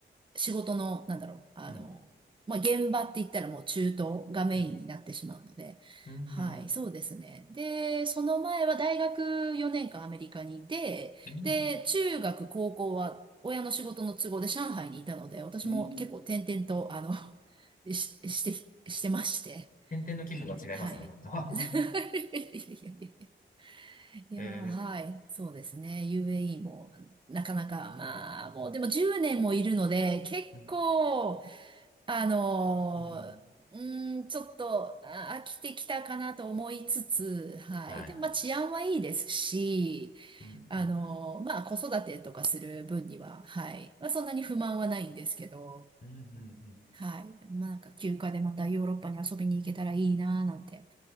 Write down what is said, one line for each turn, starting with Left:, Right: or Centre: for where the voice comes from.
Right: 仕事の、なんだろう、あの、
Left: うん
Right: まあ、現場って言ったらもう中東がメインになってしまうので、
Left: うん、うん、
Right: はい、
Left: うん、
Right: そうですね。で、その前は大学4年間アメリカにいて、
Left: うん。
Right: で、中学、高校は親の仕事の都合で上海にいたので、私も結構転々と、
Left: うん。
Right: あの、<laughs> し、して、してまして、
Left: 点々の規模が違いますね、
Right: はい。
Left: 僕とは。
Right: <laughs> いやいやいやいやー、
Left: <laughs>
Right: はい。
Left: ええ
Right: そうですね。UAE も、なかなか、まあ、もう、でも10年もいるので、結構、
Left: うん、
Right: あの
Left: うん、
Right: ー、うーん、ちょっと、あ飽きてきたかなと思いつつ、はい。
Left: はい。
Right: でも、まあ、治安はいいですし、
Left: うん、
Right: あのー、
Left: うん、
Right: まあ、子育てとかする分には、はい。まあ、そんなに不満はないんですけど、
Left: うん、うん、うん。
Right: はい。でもまあ、なんか、休暇でまたヨーロッパに遊びに行けたらいいなーなんて